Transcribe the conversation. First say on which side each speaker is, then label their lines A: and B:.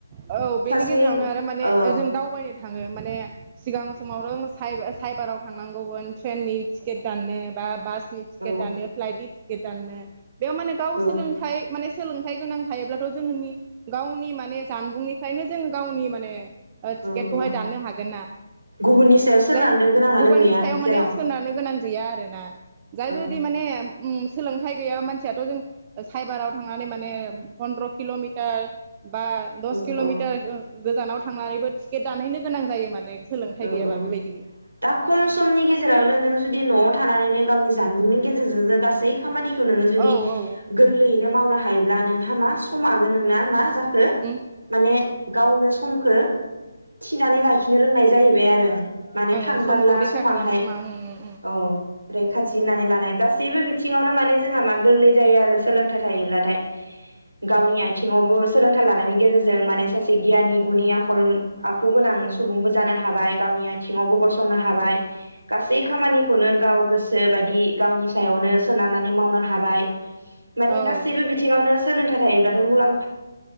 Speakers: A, on the right (about 25°); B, on the right (about 70°).
A: औ बेनि
B: सासे
A: गेजेरावनो आरो माने
B: औ
A: जों दावबायनो थाङो माने सिगां समाव रों साइ- साइबाराव थांनांगौमोन ट्रेननि टिकेट दाननो बा बास नि टिकेट
B: औ
A: दानो, फ्लाइटनि टिकेट दाननो। बेयाव माने गाव
B: औ
A: सोलोंथाइ माने सोलोंथाइ गोनां थायोब्लाथ' जोङोनि गावनि माने जानबुंनिफायनो जों गावनि माने ओ
B: औ
A: टिकेटखौहाय
B: औ
A: दाननो हागोन ना,
B: गुबुननि सायाव सोनारनो
A: जाय
B: गोनाङानो
A: गुबुननि
B: गैया
A: सायाव
B: जेराव
A: माने सोनारनो गोनां गैया आरोना जाय
B: औ
A: जुदि माने उम सोलोंथाइ गैया मानसियाथ' जों साइबाराव थांनानै माने पन्द्र' किल'मिटार बा दस
B: औ
A: किल'मिटार
B: औ
A: गोजानाव थांनानैबो टि केट दानहैनो गोनां जायो माने। सोलोंथाइ
B: औ
A: गैयाबा
B: औ
A: बेबायदि
B: दा खम समनि गेजेरावनो नों जुदि न'आव थानानैनो गावनि जानबुंनि गेजेरजो जों गासै खामानि खौ जुदि
A: औ औ
B: गोरलैयैनो मावनो हायोब्ला नोंहा मा समाबो नोंना मा जा खो
A: ओं
B: माने गावनो समखो थिनानै लाखिनो रोंनाय जाहैबाय आरो माने
A: ओं
B: थांगारला
A: समखौ रैखा
B: समहाय,
A: खालाम मा ओं
B: औ। रैखाथि होनानै लानाय गासैबो बिथिङावनो माने जोंहा मा गोरलै जायो आरो सोलोंथाइ थायोब्लाथाय गावनि आथिङावबो सोलोंथाइ लानायनि गेजेरजों माने सासे गियानि गुनि आखल आखु गोनां सुबुंबो जानो हाबाय गावनि आथिङावबो गसंनो हाबाय गासै खामानिखौनो गाव गोसो बायदि गावनि सायावनो सोनारनानै मावनो हाबाय।
A: ओं
B: माने गासैबो
A: औ
B: बिथिङावनो सोलोंथाइ जायोब्लाथाय मुलाम